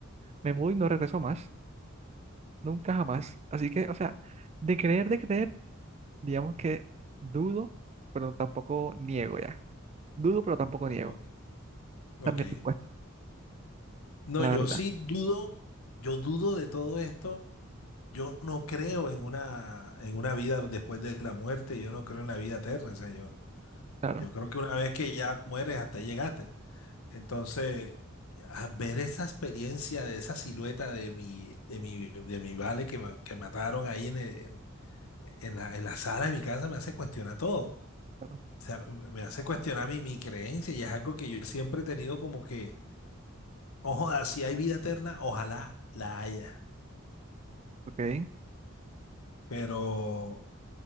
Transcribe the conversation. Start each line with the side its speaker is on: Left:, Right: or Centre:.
Right: me mudo y no regreso más, nunca jamás. Así que, o sea, de creer, de creer. Digamos que dudo, pero tampoco niego ya. Dudo, pero tampoco niego.
Left: Ok, ok.
Right: Esa es mi respuesta,
Left: No,
Right: la
Left: yo
Right: verdad.
Left: sí dudo, yo dudo de todo esto. Yo no creo en una, en una vida después de la muerte, yo no creo en la vida eterna. O sea, yo,
Right: Claro,
Left: yo creo que una vez que ya mueres, hasta ahí llegaste. Entonces, a ver esa experiencia de esa silueta de mi, de mi, de mi vale que, ma- que mataron ahí en, el- en- en la, en la sala de mi casa me hace cuestionar todo.
Right: claro.
Left: O sea, me me hace cuestionar mi, mi creencia y es algo que yo siempre he tenido como que, ojo, si hay vida eterna, ojalá la haya.
Right: Ok,
Left: Pero